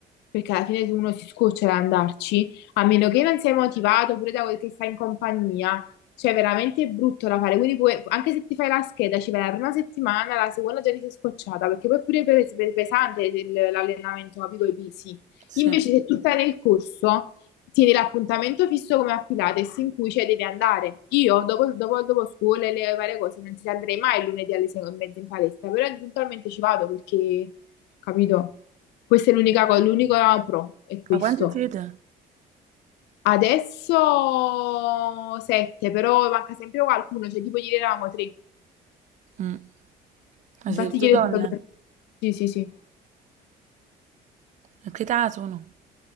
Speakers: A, on the left (about 85°); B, on the right (about 45°).
A: perché alla fine uno si scoccia ad andarci, a meno che non sei motivato pure da quel che stai in compagnia, cioè, è veramente brutto da fare. Quindi, puoi- anche se ti fai la scheda, ci vai la prima settimana, la seconda già ti sei scocciata, perché poi pure è pes- pesante il- l'allenamento, capito? I pesi.
B: Sì.
A: Invece,
B: Ma
A: se tu stai nel corso tieni l'appuntamento fisso come a Pilates in cui cioè, devi andare. Io dopo, dopo, dopo scuola e le varie cose non ci andrei mai il lunedì alle sei e mezza in palestra, però eventualmente ci vado perché, capito? Questa è l'unica cosa, l'unico pro è questo.
B: quanti siete?
A: Adesso sette, però manca sempre qualcuno, cioè tipo ieri eravamo tre.
B: Mm. Ma
A: Infatti
B: siete tutte
A: ieri
B: donne?
A: è stato Sette. per... Sì, sì, sì.
B: A che età sono?